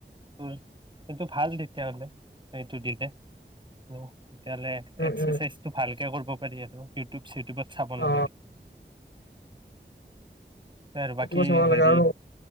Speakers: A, on the right (about 25°); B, on the left (about 75°).
A: তোৰ সেইটো ভাল তেতিয়াহলে সেইটো দিলে তেতিয়াহ'লে
B: উম
A: এক্সাৰচাইজ
B: উম
A: টো ভালকে কৰিব ইউ সেইটোপাত চাব
B: অ
A: নালাগে ত
B: সেইটো
A: বাকী
B: চাব
A: হেৰি
B: লাগে আৰু